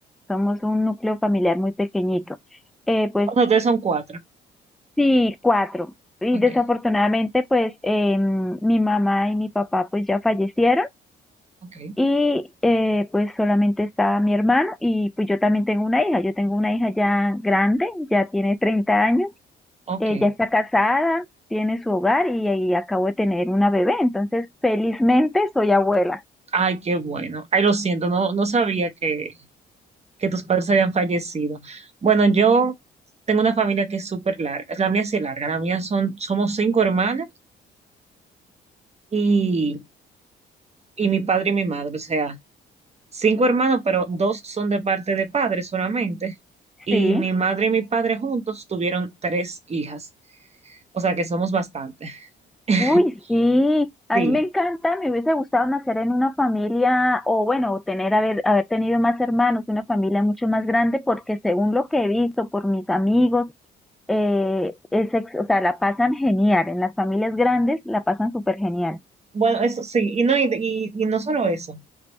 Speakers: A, in the centre; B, on the right.
A: Somos un núcleo familiar muy pequeñito. Eh, pues
B: O sea, ustedes son cuatro.
A: Sí, cuatro. Y
B: Ok,
A: desafortunadamente, pues eh, mi mamá y mi papá pues ya fallecieron
B: ok,
A: y eh, pues solamente está mi hermano y pues yo también tengo una hija. Yo tengo una hija ya grande, ya tiene 30 años,
B: ok.
A: eh, ya está casada, tiene su hogar y, y acabo de tener una bebé. Entonces, felizmente soy abuela.
B: Ay, qué bueno. Ay, lo siento, no, no sabía que, que tus padres habían fallecido. Bueno, yo tengo una familia que es súper larga. La mía sí es larga. La mía son, somos cinco hermanas. Y y mi padre y mi madre, o sea, cinco hermanos, pero dos son de parte de padre solamente. Y
A: Sí.
B: mi madre y mi padre juntos tuvieron tres hijas, o sea que somos bastante. <laughs>
A: Uy, sí, a
B: Sí,
A: mí me encanta, me hubiese gustado nacer en una familia o bueno, tener haber, haber tenido más hermanos, una familia mucho más grande, porque según lo que he visto por mis amigos, eh, es, ex- o sea, la pasan genial, en las familias grandes la pasan súper genial.
B: bueno, eso sí, y no, y, y- y no solo eso,